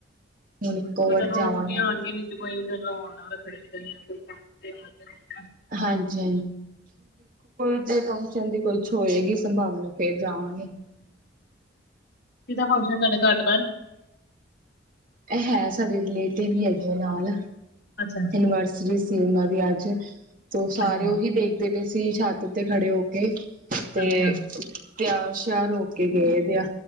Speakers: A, on the right (about 45°); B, on the left (about 60°).
A: ਹੁਣ ਇੱਕੋ ਵਾਰੀ
B: ਜਦੋਂ
A: ਜਾਵਾਂਗੇ
B: ਛੁਟਿਆ ਆਣਗੀਆਂ ਵਿਚ ਕੋਈ ਉਹਦੋ ਆਣਾ ਰੱਖੜੀ ਦੇ ਦਿਨ।
A: ਹਾਂਜੀ ਜੇ ਫੰਕਸ਼ਨ ਕਹਿੰਦੀ ਕੋਈ ਹੋਏਗੀ ਸੰਭਾਵਨਾ ਫਿਰ ਜਾਵਾਂਗੇ।
B: ਕਿਹਦਾ ਫੰਕਸ਼ਨ ਤੁਹਾਡੇ ਘਰਬਾਰ?
A: ਇਹ ਹੈ ਸਾਡੇ ਰਿਲੇਟੇ ਵੀ ਹੈਗੇ ਨਾਲ,
B: ਅੱਛਾ ਅੱਛਾ
A: ਇਨਵਰਸਿਟੀ ਸੀ ਉਹਨਾਂ ਦੀ ਅੱਜ। ਸੋ ਸਾਰੇ
B: ਅੱਛਾ
A: ਉਹੀ ਦੇਖਦੇ ਪਏ ਸੀ ਛੱਤ ਤੇ ਖੜੇ ਹੋ ਕੇ ਤੇ
B: ਅੱਛਾ
A: ਤਿਆਰ ਸ਼ਾਰ ਹੋ ਕੇ ਗਏਦੇ ਆ